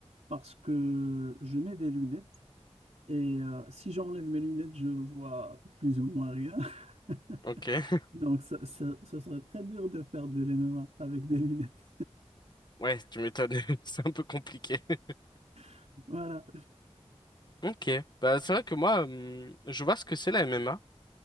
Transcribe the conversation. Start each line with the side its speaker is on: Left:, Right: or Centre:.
Right: parce que je mets des lunettes et euh, si j'enlève mes lunettes, je vois plus ou moins rien. <laughs>
Left: Ok. <laughs>
Right: Donc, ça, ça, ça serait très dur de faire de l'MMA avec des lunettes.
Left: Ouais, tu m'étonnes. <laughs> C'est un peu compliqué. <laughs>
Right: <laughs> Voilà.
Left: Ok. Bah c'est vrai que moi, hum, je vois ce que c'est la MMA.